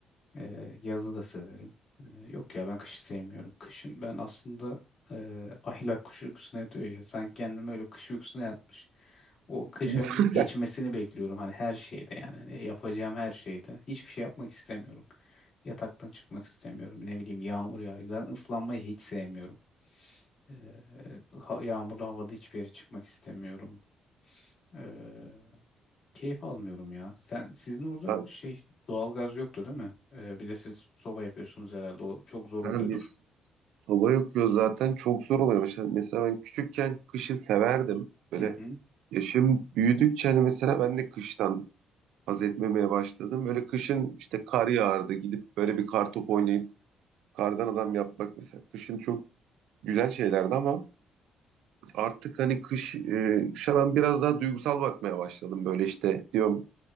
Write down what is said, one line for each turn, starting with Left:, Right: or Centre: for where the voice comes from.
Left: Ee, yazı da severim. Ee, yok ya ben kışı sevmiyorum. Kışın ben aslında e, aylar kış uykusuna yatıyor ya. Sanki kendimi öyle kış uykusuna yatmış. O kış
Right: <laughs>
Left: ayının geçmesini bekliyorum. Hani her şeyde yani. Hani yapacağım her şeyde. Hiçbir şey yapmak istemiyorum. Yataktan çıkmak istemiyorum. Ne bileyim yağmur yağıyor. Zaten ıslanmayı hiç sevmiyorum. Ee, ha- yağmurlu havada hiçbir yere çıkmak istemiyorum. Ee, keyif almıyorum ya. Sen sizin orada
Right: ben
Left: şey doğalgaz yoktu değil mi? Ee, bir de siz soba yapıyorsunuz herhalde. O çok zor oluyordur.
Right: ha, biz Hava yakıyor zaten çok zor oluyor. Mesela, mesela ben küçükken kışı severdim. Böyle
Left: Hı hı.
Right: yaşım büyüdükçe hani mesela ben de kıştan haz etmemeye başladım. Böyle kışın işte kar yağardı gidip böyle bir kar topu oynayıp kardan adam yapmak mesela. Kışın çok güzel şeylerdi ama artık hani kış, e, kışa ben biraz daha duygusal bakmaya başladım. Böyle işte diyorum